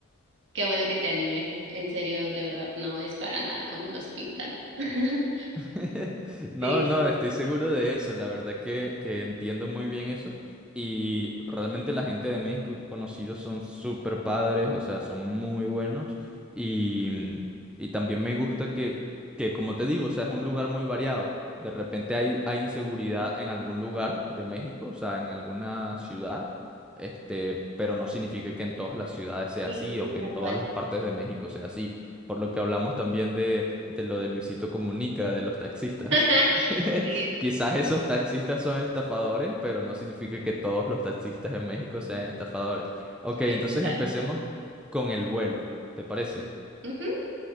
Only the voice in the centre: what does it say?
<laughs> No,
no, estoy seguro de eso. La verdad que, que entiendo muy bien eso. Y realmente la gente de México que he conocido son súper padres, o sea, son muy buenos. Y, mm, y también me gusta que, que, como te digo, o sea, es un lugar muy variado. De repente hay, hay inseguridad en algún lugar de México, o sea, en alguna ciudad. Este, pero no significa que en todas las ciudades sea
así
o que
en todas
las partes de México sea así. Por lo que hablamos también de, de lo de Luisito Comunica, de los taxistas.
<laughs>
Quizás
esos taxistas son estafadores, pero no significa que todos los taxistas en México sean estafadores. Ok,
entonces
empecemos con el vuelo, ¿te parece?